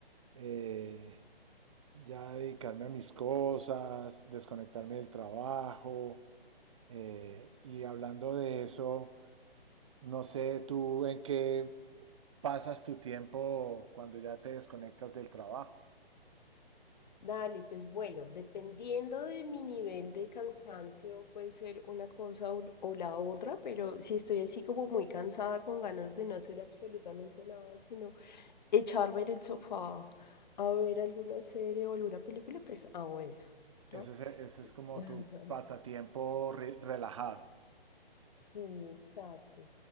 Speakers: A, on the right; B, on the left.
A: eh, ya dedicarme a mis cosas, desconectarme del trabajo. eh, y hablando de eso, no sé tú en qué pasas tu tiempo cuando ya te desconectas del trabajo.
B: Dale, pues bueno, dependiendo de mi nivel de cansancio, puede ser una cosa o, o la otra, pero si estoy así como muy cansada con ganas de no hacer absolutamente nada, sino echarme en el sofá a ver alguna serie o alguna película, pues hago eso,
A: Ese
B: ¿no?
A: es, ese
B: Sí.
A: es como
B: <laughs>
A: tu pasatiempo re- relajado.
B: Sí, exacto.